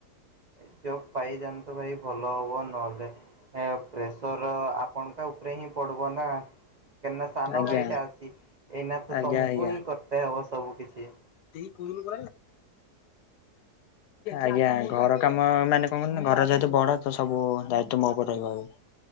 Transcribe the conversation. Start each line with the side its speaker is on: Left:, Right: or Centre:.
Right: ଏ ଜବ ପାଇଯାନ୍ତୁ ଭାଇ ଭଲ ହବ ନହଲେ ପ୍ରେସର ଆପଣଙ୍କ ଉପରେହିଁ ପଡିବନା। କାହିଁନା ସାନ
Left: ଆଜ୍ଞା।
Right: ଭାଇଟା ଅଛି ଏଇନା ତ
Left: ଆଜ୍ଞା
Right: ତମକୁ
Left: ଆଜ୍ଞା
Right: ହିଁ କରତେ ହବ ସବୁ କିଛି।
Left: <unintelligible> ଆଜ୍ଞା ଘର କାମ ମାନେ କଣ କରୁ ଘର ଯେହେତୁ ବଡ଼ ତ ସବୁ ଦାୟିତ୍ଵ ମୋ ଉପରେ ରହିବ ଆଉ।